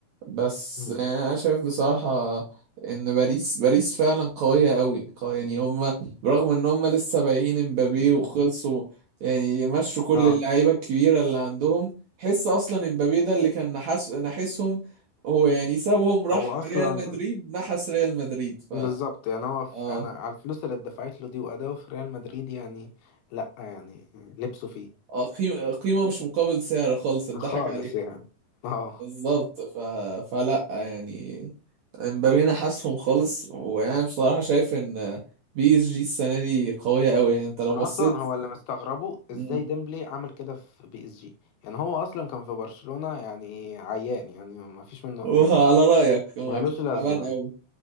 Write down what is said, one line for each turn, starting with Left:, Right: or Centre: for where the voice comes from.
Right: بس
Left: مم.
Right: انا شايف بصراحه ان باريس باريس فعلا قويه قوي قوية يعني هم برغم ان هم لسه بايعين امبابي وخلصوا يعني مشوا كل
Left: اه
Right: اللعيبه الكبيره اللي عندهم حس اصلا امبابي ده اللي كان نحس نحسهم هو يعني سابهم راح
Left: هو اصلا
Right: ريال مدريد نحس ريال مدريد ف
Left: بالظبط يعني هو في
Right: اه
Left: انا على الفلوس اللي اتدفعت له دي واداؤه في ريال مدريد يعني لا يعني لبسه فيه
Right: اه قيمة قيمة مش مقابل سعر خالص اتضحك
Left: خالص
Right: عليه
Left: يعني اه
Right: بالظبط ف... فلا يعني امبابي انا حاسهم خالص وانا بصراحة شايف ان بي اس جي السنة دي قوية قوي يعني انت لو
Left: انا
Right: بصيت
Left: اصلا هو اللي مستغربه
Right: مم.
Left: ازاي ديمبلي عمل كده في بي اس جي يعني هو اصلا كان في برشلونة يعني عيان يعني ما فيش
Right: <laughs>
Left: منه
Right: وعلى
Left: يعني
Right: رأيك ما
Left: مالوش
Right: كان
Left: لازمة
Right: تعبان قوي